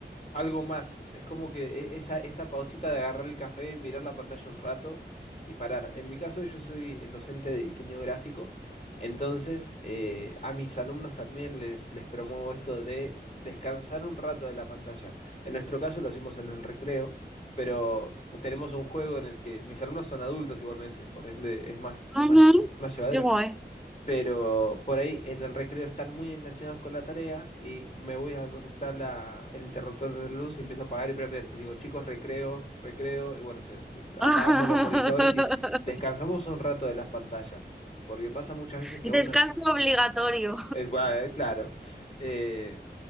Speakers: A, on the left (about 40°); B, in the centre.
A: algo más. Es como que e- esa, esa pausita de agarrar el café, mirar la pantalla un rato y parar. En mi caso, yo soy docente de diseño gráfico, entonces eh, a mis alumnos también les, les promuevo esto de descansar un rato de la pantalla. En nuestro caso lo hacemos en el recreo, pero tenemos un juego en el que mis alumnos son adultos igualmente, por ende es más,
B: ujú,
A: más, más llevadero.
B: Qué guay.
A: Pero por ahí en el recreo están muy enganchados con la tarea y me voy a donde está la, el interruptor de luz, empiezo a apagar y prender. Les digo, chicos, recreo, recreo, y bueno, se- apagamos
B: <laughs>
A: los monitores y descansamos un rato de las pantallas. Porque pasa muchas veces que
B: Descanso
A: uno, es-
B: obligatorio.
A: eh, bueno, eh, claro, eh,